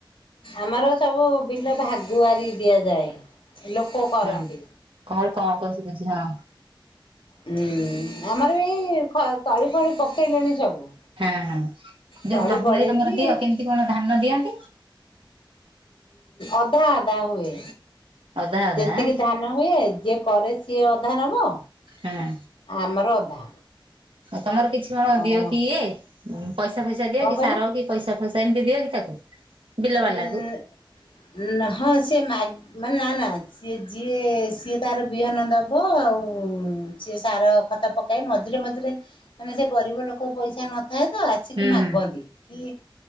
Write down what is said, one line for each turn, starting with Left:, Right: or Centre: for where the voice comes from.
Left: ଆମର ସବୁ ବିଲ ଭାଗୁଆରି ଦିଆଯାଏ। ଲୋକ କରନ୍ତି।
Right: ହଁ। କଣ ଗୋଟେ କଣ କହୁଚି କଣ ହଁ।
Left: ହୁଁ ଆମର ଏଇ ଖ ତଳି ଫଳି ପକେଇଲେଣି ସବୁ।
Right: ହଁ ହଁ।
Left: ତଳି
Right: ଯୋଉ ଭାଗୁଆରୀ
Left: ପଡିଛି
Right: ତମର ଦିଅ କେମିତି କଣ ଧାନ ଦିଅନ୍ତି?
Left: ଅଧା ଅଧା ହୁଏ।
Right: ଅଧା ଅଧା
Left: ଯେତିକି
Right: ଆଁ?
Left: ଧାନ ନ ହୁଏ ଯିଏ କରେ ସିଏ ଅଧା ନବ
Right: ହୁଁ।
Left: ଆମର ଅଧା।
Right: ତମର କିଛି କଣ
Left: ଆଉ
Right: ଦିଅ କି ଇଏ, ପଇସା ଫଇସା ଦିଅ
Left: କଣ
Right: କି
Left: କହିଲ?
Right: ସାର କି ପଇସା ଫଇସା ସେମିତି ଦିଅ କି ତାକୁ? ବିଲ ବାଲାକୁ?
Left: ଅ ହଁ ସେ ମା ମାନେ ନା ନା ସିଏ ଯିଏ ସିଏ ତାର ବିହନ ଦବ ଆଉ ସିଏ ସାର ଖତ ପକା କାଇ ମଝିରେ ମଝିରେ, ମାନେ ସେ ଗରିବ ଲୋକ ପଇସା ନଥାଏ ତ ଆସିକି
Right: ହୁଁ
Left: ମାଗନ୍ତି।
Right: ହୁଁ
Left: କି